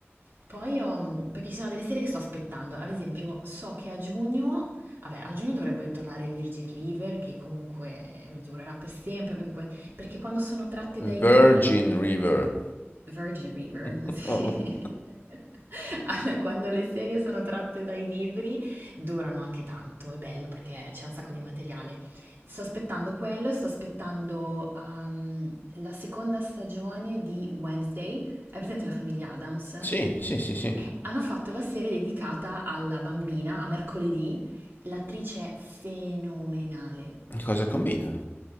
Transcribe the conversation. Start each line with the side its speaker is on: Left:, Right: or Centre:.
Right: Poi ho, mm, perché ci sono delle serie che sto aspettando, ad esempio so che a giugno, vabbè a giugno dovrebbe tornare Virgin River che comunque durerà per sempre, perché, poi- perché quando sono tratte
Left: Virgin
Right: dai libri,
Left: River.
Right: Virgin River,
Left: Oh.
Right: <laughs> sì.
Left: oh.
Right: Allora, Quando le serie sono tratte dai libri durano anche tanto, è bello perché c'è un sacco di materiale. Sto aspettando quello, sto aspettando ehm, la seconda stagione di Wednesday. Hai presente la famiglia Adams? Eh,
Left: Sì, sì, sì, sì.
Right: hanno fatto la serie dedicata alla bambina, a mercoledì, l'attrice è fenomenale.
Left: Cosa combina?